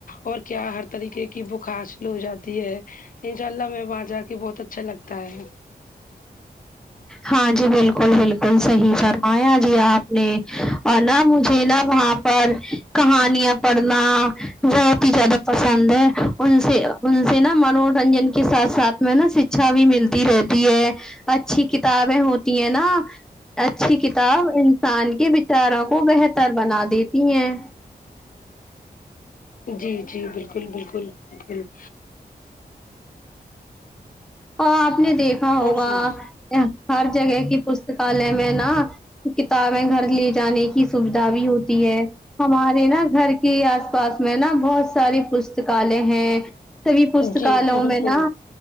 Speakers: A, on the left; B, in the centre.
A: اور کیا ہر طریقے کی بک حاصل ہو جاتی ہے ان شاء اللہ ہم وہاں جا کے بہت اچھا لگتا ہے
B: ہاں جی بالکل بالکل صحیح فرمایا جی آپ نے اور نا مجھے نا وہاں پر کہانیاں پڑھنا بہت ہی زیادہ پسند ہے ان سے ان سے نا منورنجن کے ساتھ ساتھ میں نا شکچھا بھی ملتی رہتی ہے اچھی کتابیں ہوتی ہیں نا اچھی کتاب انسان کے بچاروں کو بہتر بنا دیتی ہیں
A: جی جی بالکل بالکل بالک
B: ہاں آپ نے دیکھا ہوگا
A: اور سنا
B: ہر جگہ کی پستکالیہ میں نا کتابیں گھر لی جانے کی سویدھا بھی ہوتی ہے ہمارے نا گھر کی آس پاس میں نا بہت ساری پستکالے ہیں سبھی پستکالوں
A: جی جی بالکل
B: میں نا